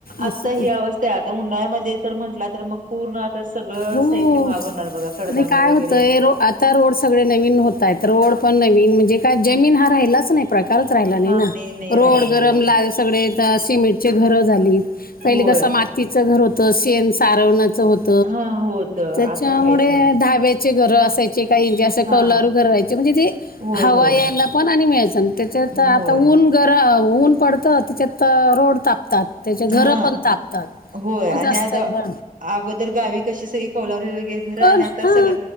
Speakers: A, on the right; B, on the left.
A: आता
B: असं तर
A: ही अवस्था आता उन्हाळ्यामध्ये तर म्हटलं तर मग पूर्ण आता सगळं
B: हो
A: साहित्य भाग होणार बघा कडधान्य
B: नाही काय
A: वगैरे
B: होतंय रो आता रोड सगळे नवीन होत आहेत रोड पण नवीन म्हणजे काय जमीन हा राहिलाच नाही राहि
A: हा
B: नाही रोड
A: राहायला
B: गरम
A: होय.
B: सग सिमेंट घर झाली पहि
A: होय
B: कस तिचं घर होतं सेण सारवणाचं होत
A: हा होत आता
B: त्याच्यामुळे
A: काहीच नाही
B: धाब्याचे घर असायचे काहीचे असे
A: हा
B: कौलारू घर राहायचे म्हणजे ते
A: होय
B: हवा
A: होय
B: यायला पण आणि मिळायचं त्याच्या
A: अं,
B: तर आता
A: होय
B: ऊन घर ऊन पडतं त्याच्यात रोड तापतात त्याच्या घरं
A: हा
B: पण तापतात
A: होय
B: मग
A: आणि
B: जास्त
A: आता
B: आहे ह
A: अगोदर गावी कशी सगळी कवलाी वगैरे घरं
B: कोण
A: आणि आता
B: हा
A: सगळं